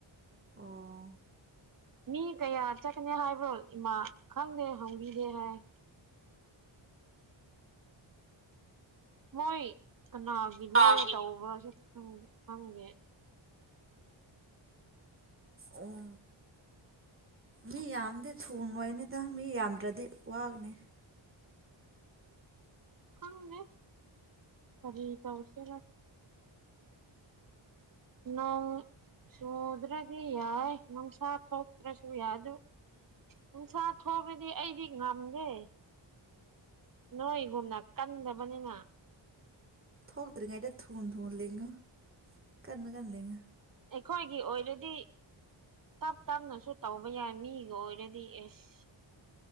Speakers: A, on the right; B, on the right.
A: ꯑꯣ
B: ꯃꯤ ꯀꯌꯥ ꯆꯠꯀꯅꯤ ꯍꯥꯏꯕ꯭ꯔꯣ ꯏꯃꯥ ꯈꯪꯗꯦ ꯍꯪꯕꯤꯗꯦ ꯍꯥꯏ ꯃꯣꯏ ꯀꯅꯥꯒꯤ ꯂꯧ
A: ꯑꯣ
B: ꯇꯧꯕ꯭ꯔꯥꯁꯨ ꯈꯪꯗꯦ
A: ꯑꯣ ꯃꯤ ꯌꯥꯝꯗꯤ ꯊꯨꯉꯣꯏꯅꯤꯗ ꯃꯤ ꯌꯥꯝꯗ꯭ꯔꯗꯤ ꯋꯥꯅꯤ
B: ꯎꯝꯪꯅꯦ ꯐꯔꯤ ꯇ ꯍꯧꯁꯦꯒ ꯅꯪ ꯁꯨꯗ꯭ꯔꯗꯤ ꯌꯥꯏ ꯅꯨꯡꯁꯥ ꯊꯣꯛꯇ꯭ꯔꯁꯨ ꯌꯥꯗ ꯅꯨꯡꯁꯥ ꯊꯕꯗꯤ ꯑꯩꯗꯤ ꯉꯝꯗꯦ ꯅꯣꯏꯒꯨꯝꯅ ꯀꯟꯗꯕꯅꯤꯅ
A: ꯊꯣꯛꯣꯛꯇ꯭ꯔꯔꯤꯉ ꯑꯩꯗ ꯊꯣꯡꯣꯟ ꯊꯣꯡꯅ ꯂꯉꯣ ꯀ ꯀꯗꯉ
B: ꯑꯩꯈꯣꯏꯒꯤ ꯑꯣꯏꯅꯗꯤ ꯇꯞ ꯇꯞꯅꯁꯨ ꯇꯧꯕ ꯌꯥꯏ ꯃꯤꯒ ꯑꯣꯏꯔꯗꯤ ꯑꯦꯁ